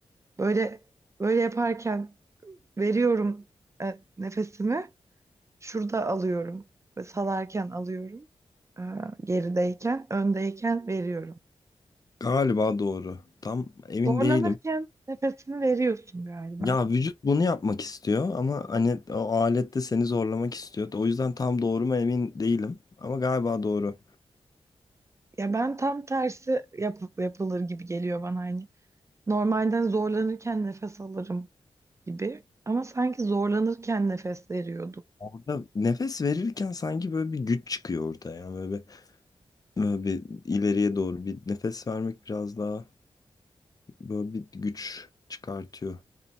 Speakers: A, on the right (about 30°); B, on the left (about 35°).
A: Böyle böyle yaparken veriyorum e, nefesimi Şurada alıyorum ve salarken alıyorum. Ee, gerideyken, öndeyken veriyorum.
B: Galiba doğru. Tam emin
A: Zorlanırken
B: değilim.
A: nefesini veriyorsun galiba.
B: Ya vücut bunu yapmak istiyor ama hani o alet de seni zorlamak istiyor. O yüzden tam doğru mu emin değilim. Ama galiba doğru.
A: Ya ben tam tersi yapıp yapılır gibi geliyor bana hani. Normalden zorlanırken nefes alırım gibi ama sanki zorlanırken nefes veriyorduk.
B: Burada nefes verirken sanki böyle bir güç çıkıyor ortaya. Yani böyle Böyle bir ileriye doğru bir nefes vermek biraz daha böyle bir güç çıkartıyor.